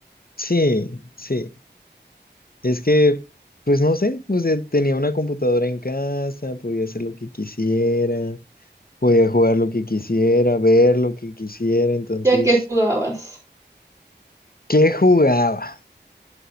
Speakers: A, on the left; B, on the right.
A: sí, sí. Es que, pues no sé, pues eh, tenía una computadora en casa, podía hacer lo que quisiera, podía jugar lo que quisiera, ver lo que quisiera. Entonces,
B: Ya que jugabas.
A: ¿qué jugaba?